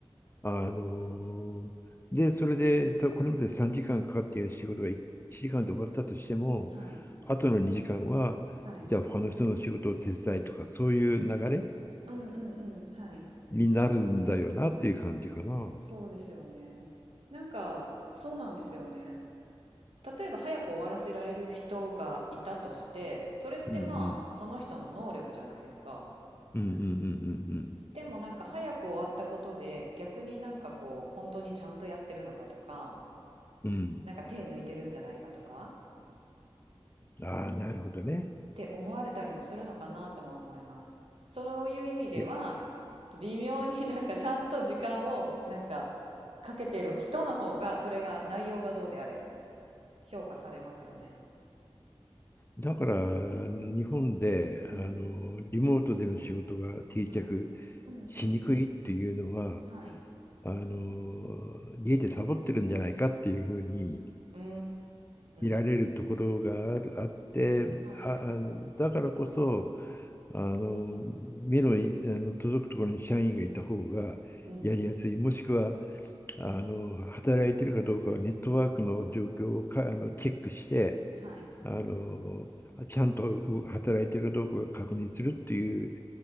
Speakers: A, on the left; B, on the right.
A: あので、それで、たこれまで3時間かんかかっている仕事が1時間で終わったとしても、
B: はい。
A: あとの2時間は、
B: はい。
A: じゃあ他の人の仕事を手伝いとか、そういう流れ
B: うんうんうん。はい。
A: になるんだよなっていう感じかな。うん
B: そうですよね。なんか、そうなんですよね。例えば早く終わらせられる人がいたとして、それってまあ、
A: うん
B: その人の能力じゃないですか。
A: うんうんうん
B: でもなんか早く終わったことで、逆になんかこう、本当にちゃんとやってるのかとか、
A: うんうんうん。
B: なんか手抜いてるんじゃないかとか、
A: ああ、なるほどね。
B: って思われたりもするのかなとも思います。そういう意味では
A: いや、
B: 微妙になんかちゃんと時間をなんかかけてる人の方がそれが内容がどうであれ評価されますよね。
A: だから日本であのリモートでの仕事が定着
B: うん。はい。うんうん。
A: しにくいっていうのは
B: はい。
A: あの、ゲイでサボってるんじゃないかっていうふうに
B: うー
A: 見られるところがあるあって、
B: ん。はい。
A: あ、あだからこそ、あの、目の、あの届くところに社員がいた方がやりやすい、
B: うんうん。
A: もしくは、あの、働いてるかどうかはネットワークの状況をか、あの、チェックして、
B: はい。
A: あの、ちゃんと働いてるかどうかを確認するっていう